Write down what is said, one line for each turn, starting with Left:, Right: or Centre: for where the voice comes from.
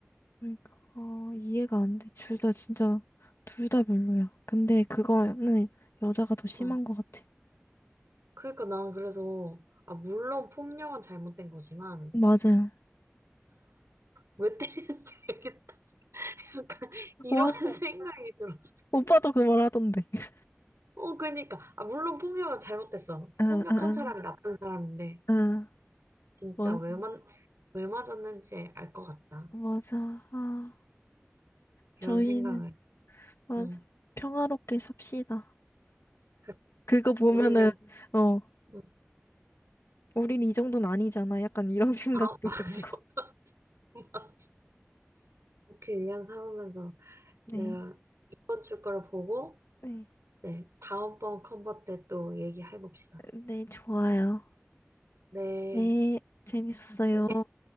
Left: 그러니까 아, 이해가 안 돼. 둘 다 진짜 둘 다 별로야. 근데 그거는 여자가 더 심한
Right: 응.
Left: 것 같아.
Right: 그러니까 난 그래서 아 물론 폭력은 잘못된 거지만
Left: 맞아요.
Right: 왜 때리는지 <laughs> 알겠다. 약간 이런
Left: 와,
Right: <laughs> 생각이 들었어.
Left: 오빠도 그 말 하던데. <laughs>
Right: 어 그러니까 아 물론 폭력은 잘못됐어.
Left: 응,
Right: 폭력한
Left: 응, 응.
Right: 사람이 나쁜 사람인데
Left: 응.
Right: 진짜
Left: 맞-
Right: 왜만 왜 맞았는지 알 것 같다.
Left: 맞아. 아,
Right: 이런
Left: 저희는
Right: 생각을.
Left: 맞아.
Right: 응.
Left: 평화롭게 삽시다.
Right: 그
Left: 그거 보면은,
Right: 우리는
Left: 어,
Right: 응.
Left: 우린 이 정도는 아니잖아. 약간 이런 <laughs> 생각도
Right: 아 <laughs> 맞아
Left: 들고.
Right: 맞아. 그렇게 위안 삼으면서
Left: 네,
Right: 내가 이번 주 거를 보고
Left: 네.
Right: 네 다음번 컨버 때 또 얘기해 봅시다.
Left: 네, 좋아요.
Right: 네.
Left: 네, 재밌었어요.
Right: 네.